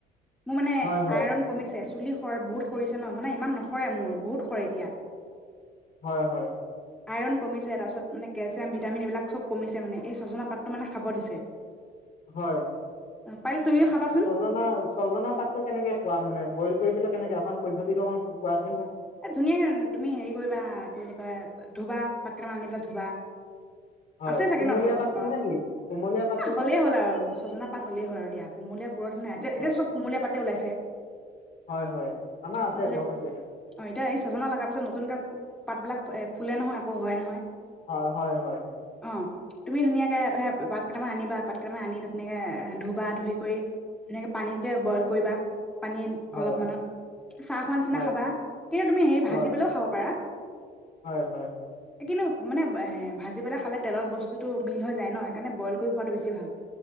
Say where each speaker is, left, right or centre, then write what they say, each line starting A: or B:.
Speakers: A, in the centre; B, on the left (about 55°).
A: মোৰ মানে।
B: হয় হয়
A: আইৰন কমিছে চুলি বহুত সৰিছে ন মানে ইমান নস সৰে মোৰ বহুত সৰে এতিয়া।
B: হয় হয়
A: আইৰণ কমিছে তাৰপিছত মানে কেলচিয়াম ভিটামিন এইবিলাক ছব কমিছে মানে এই চজনা পাতটো মানে খাব দিছে।
B: হয়।
A: পাৰিলে তুমিও খাবা চোন
B: অ' নহয়, ছজনা পাতটো কেনেকে খোৱা মানে বইল কৰি পেলাই কেনেকে অকণ পদ্ধতিটো অকণ কোৱাচোন মোক।
A: এ ধুনীয়াকে তুমি হেৰি কৰিবা কি বুলি কয় ধোবা, পাতকেইটান আনি পেলাই ধোবা।
B: হয়
A: আছেই চাগে
B: কুমলীয়া
A: ন তোমালোকৰ
B: পাতটো
A: ঘৰৰ
B: নে কি কুমলীয়া পাতটো
A: এ
B: নে
A: হ'লেই হ'ল আৰু! ছজনা পাত হলেই হ'ল আৰু দিয়া কুমলীয়া পুৰঠ নাই এতিয়াতো
B: হয়
A: চব কুমলীয়া পাতে ওলাইছে।
B: হয় হয় আমাৰ আছে
A: কুমলীয়া
B: গছ আছে।
A: অ এতিয়া এই ছজনা লগাৰ পিছত নতুনকে পাত বিলাক এ ফুলে নহয় আকৌ হয় নহয়।
B: অ হয় হয়
A: অ। তুমি ধুনীয়াকে সেয়া পাত কেইটামান আনিবা পাত কেইটামান আনি ধুনীয়াকে ধুবা ধুই কৰি ধুনীয়াকে পানীতে বইল কৰিবা, পানী
B: হয়
A: অলপমানত এ চাহ খোৱা নিচিনা
B: হয়
A: খাবা। কিন্তু তুমি হেৰি ভাজি
B: হয়
A: পেলাই ও খাব পাৰা?
B: হয় হয়
A: এই কিন্তু মানে এ ভাজি পেলাই খালে তেলত বস্তুটো মিল হৈ যায় ন সেইকাৰণে বইল কৰি খোৱাতো বেছি ভাল।